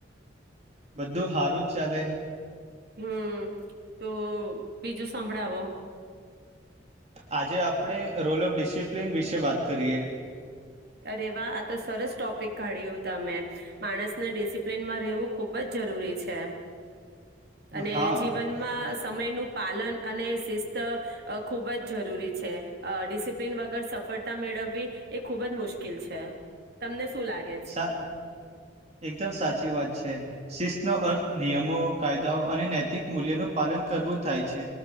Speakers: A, on the right; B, on the right.
A: બધું હારું જ ચાલે.
B: હમ્મ. તો બીજું સંભળાવો.
A: આજે આપણે રોલ ઓફ ડિસિપ્લિન વિશે વાત કરીએ.
B: અરે વા, આ તો સરસ ટોપિક કાઢ્યું તમે. માણસને ડિસિપ્લિનમાં રહેવું ખૂબ જ જરૂરી છે. અને
A: હા
B: જીવનમાં સમય નું પાલન અને શિસ્ત ખુબ જ જરૂરી છે. ડિસિપ્લિન વગર સફળતા મેળવવી એ ખુબ જ મુશ્કેલ કીલ છે. તમને શું લાગે છ
A: સા એકદમ સાચી વાત છે. શિસ્તનો અર્થ નિયમો, કાયદાઓ અને નૈતિક મૂલ્યોનું પાલન કરવું થાય છે.